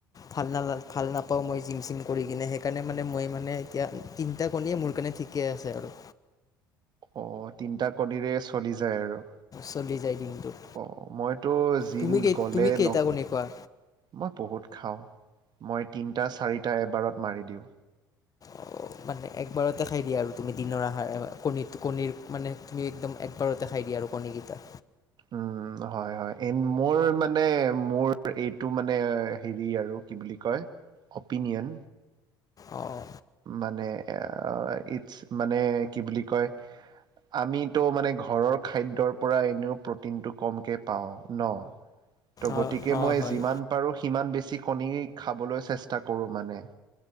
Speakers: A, on the left; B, on the right.
A: ভাল ন ভাল নাপাওঁ মই জিম চিম কৰি কিনে সেইকাৰণে মানে মই মানে এতিয়া তিনিটা কণীয়ে মোৰ কাৰণে ঠিকে আছে আৰু।
B: অ ত তিনিটা কণিৰে চলি যায় আৰু।
A: চলি যায় দিনটোত
B: অ মইতো জিম
A: তুমি কেই
B: গলে
A: তুমি কেইটা
B: ন
A: কণী খোৱা
B: মই বহুত। খাওঁ মই। তিনিটা চাৰিটা এবাৰত মাৰি দিওঁ।
A: অ মানে একবাৰতে খাই দিয়া আৰু তুমি দিনৰ আহাৰ কণী কণীৰ মানে তুমি একদম একবাৰতে খাই দিয়া আৰু কণী কেইটা।
B: উ হয় হয় এ মোৰ মানে মোৰ এইটো মানে হেৰি আৰু কি বুলি কয় অপিনিয়ন।
A: অহঁ।
B: মানে ইট মানে কি বুলি কয় আমিতো মানে ঘৰৰ খাদ্যৰ পৰা এনেও প্ৰিতিনটো কমকে পাওঁ ন। ত' গতিকে
A: অঁ অঁ
B: মই
A: হয়
B: যিমান পাৰো সিমান বেছি। বেছি কণী খাবলৈ চেষ্টা কৰো মানে।